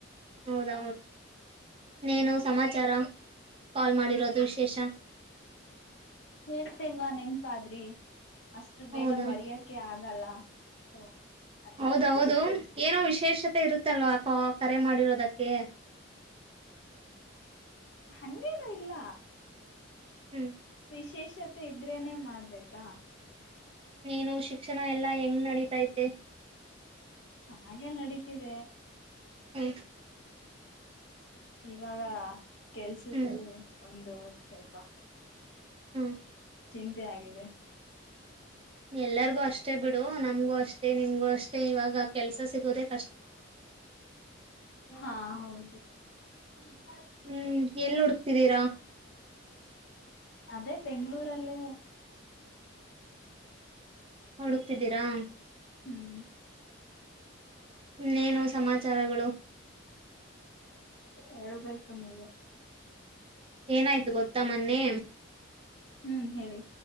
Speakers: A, on the right; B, on the left.
A: ಹೌದ ಇನ್ನೇನು ಸಮಾಚಾರ. ಕಾಲ್ ಮಾಡಿರೋದು ವಿಶೇಷ.
B: ಹೇಳ್ತಿಲ್ವಾ ನೆನ್ಪಾದ್ರಿ. ಅಷ್ಟು ಬೇಗ
A: ಹೌದಾ
B: ಮರ್ಯಕೆ ಆಗಲ್ಲ. ಓ ಅದಿಕ್ಕೆ.
A: ಹೌದೌದು ಏನೋ ವಿಶೇಷತೆ ಇರುತ್ತಲ್ವಾ ಕರೆ ಮಾಡಿರೋದಕ್ಕೆ.
B: ಹಂಗೇನು ಇಲ್ಲ.
A: ಹ್ಮ್
B: ವಿಶೇಷತೆ ಇದ್ರೇನೆ ಮಾಡ್ಬೇಕಾ.
A: ನೀನು ಶಿಕ್ಷಣ ಎಲ್ಲಾ ಹೆಂಗ್ ನಡೀತೈತೆ.
B: ಚೆನ್ನಾಗೇ ನಡೀತಿದೆ.
A: ಆಯ್ತ
B: ಇವಾಗ ಕೆಲ್ಸ್ದು
A: ಹ್ಮ್
B: ಒಂದು ಸ್ವಲ್ಪ
A: ಹ್ಮ್.
B: ಚಿಂತೆ ಆಗಿದೆ.
A: ಎಲ್ಲರಿಗೂ ಅಷ್ಟೇ ಬಿಡು ನಮ್ಗೂ ಅಷ್ಟೇ ನಿಮ್ಗೂ ಅಷ್ಟೇ ಇವಾಗ ಕೆಲ್ಸ ಸಿಗದೆೇ.
B: ಹಾ ಹೌದು. ಹಾ.
A: ಹ್ಮ್ ಎಲ್ಲಿ ಹುಡುಕ್ತಿದ್ದೀರಾ
B: ಅದೇ ಬೆಂಗಳೂರ ಅಲ್ಲಿ
A: ಹುಡುಕ್ತಿದ್ದೀರಾ.
B: ಹ್ಮ್.
A: ಹನ್ನೇನು ಸಮಾಚಾರಗಳು.
B: ಹೇಳ್ಬೇಕು ನೀ.
A: ಏನಾಯ್ತು ಗೊತ್ತಾ ಮೊನ್ನೆ.
B: ಹ್ಮ್. ಹೇಳಿ.